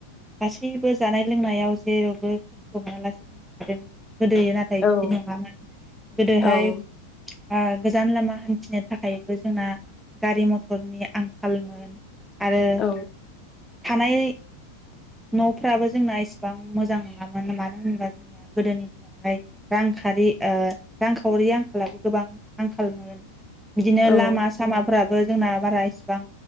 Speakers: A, in the centre; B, on the left (about 25°).
A: गासैबो जानाय लोंनायाव जेरावबो खस्थ मोनालासे थादों। गोदोयो नाथाय
B: औ
A: बिदि नङामोन गोदोहाय
B: औ
A: ओ गोजान लामा हान्थिनो थाखायबो जोंना गारि मथर खरनि आंखालमोन? आरो
B: औ
A: थानाय नफ्राबो जोंना एसेबां मोजां नङामोन मानो होनोब्ला जोंनिया गोदोनि दिनावहाय रांखारि ओ रांखावरि आंखालाबो गोबां आंखालमोन। बिदिनो
B: औ
A: लामा सामा फोराबो जोंना बारा इसिबां